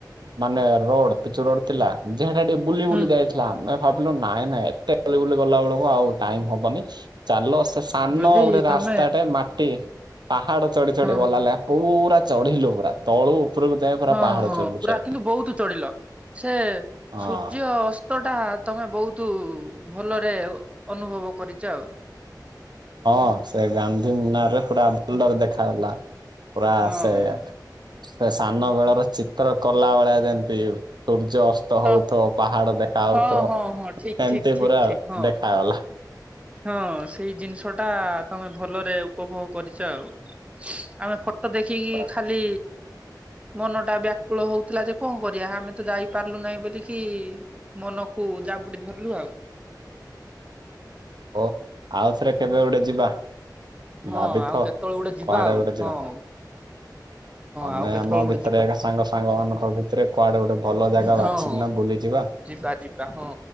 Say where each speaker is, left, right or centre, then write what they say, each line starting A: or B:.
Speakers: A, on the right; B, on the right.
A: ମାନେ ରୋଡ, ପିଚୁ ରୋଡ ଥିଲା। ଯେ ହେଟା ଟିକେ ବୁଲି
B: ହୁଁ
A: ବୁଲି ଯାଇଥିଲା। ଭାବିଲୁ ନାଇଁ ନାଇଁ, ଏତେ ବୁଲି ବୁଲି ଗଲା ବେଳକୁ ଆଉ ଟାଇମ୍ ହବନି ଚାଲ ସେ ସାନ
B: ବୋଲି
A: ଗୋଟେ
B: ତମେ
A: ରାସ୍ ମାଟି ପାହାଡ ଚଢି ଚଢି
B: ହଁ
A: ଗଲା
B: ହଁ
A: ଲେ ପୁରା ଚଢିଲୁ ପୁରା, ତଳୁ ଉପରକୁ ଯାଏ ପୁରା
B: ହଁ,
A: ପାହାଡ
B: ହଁ,
A: ଚଢିଲୁ
B: ପୁରା
A: ସେ
B: କିନ୍ତୁ ବହୁତ ଚଢିଲ। ସେ
A: ହଁ
B: ସୂର୍ଯ୍ୟ ଅସ୍ ତ ଟା ତମେ ବହୁତ ଭଲରେ ଅନୁଭବ କରିଚ ଆଉ।
A: ହଁ, ସେ ଗାନ୍ଧୀ ମିନାରରେ ପୁରା ଭଲରେ ଦେଖାଗଲା। ପୁରା
B: ହଁ
A: ସେ
B: ହଁ।
A: ସେ ସାନ ବେଳର ଚିତ୍ର କଲା ବଳେ ଯେମିତି, ସୂର୍ଯ୍ୟ ଅସ୍ ତ
B: ହଁ
A: ହଉଥିବ ପାହାଡ ଦେଖା ହାଉଥିବ
B: ହଁ ହଁ ହଁ ଠିକ ଠିକ
A: ଏମିତି
B: ଠିକ
A: ପୁରା
B: ଠିକ ହଁ।
A: ଦେଖାଗଲା।
B: ହଁ, ସେଇ ଜିନିଷଟା ତମେ ଭଲରେ ଉପଭୋଗ କରିଚ ଆଉ। ଆମେ ଫ ଟ ଦେଖିକି
A: ପୁରା
B: ଖାଲି ମନଟା ବ୍ୟାକୁଳ ହଉଥିଲା ଯେ, କଣ କରିବା? ଆମେ ତ ଯାଇ ପାରିଲୁ ନାହିଁ, ବୋଲିକି ମନକୁ ଜାବୁଡି ଧରଲୁ ଆଉ।
A: ଓଃ ଆଉଥରେ, କେବେ ଗୋଟେ ଯିବା?
B: ହଁ,
A: ଭାବିଥାଅ
B: ଆଉ କେତଳେ ଗୋଟେ ଯିବା,
A: କୁଆଡେ
B: ଆଉ
A: ଗୋଟେ ଯିବା।
B: ହଁ।
A: ଆମେ
B: ଆଉ କେତେବେଳେ
A: ଆମ
B: ଗୋଟେ
A: ଭିତରେ
B: ଯିବା
A: ଏକା ସାଙ୍ଗ ସାଙ୍ଗ ମାନଙ୍କ ଭିତରେ କୁଆଡେ ଗୋଟେ ଭଲ ଯାଗା
B: ହଁ।
A: ବାଛିିକିନା ବୁଲିଯିବା।
B: ଯିବା ଯିବା ହଁ,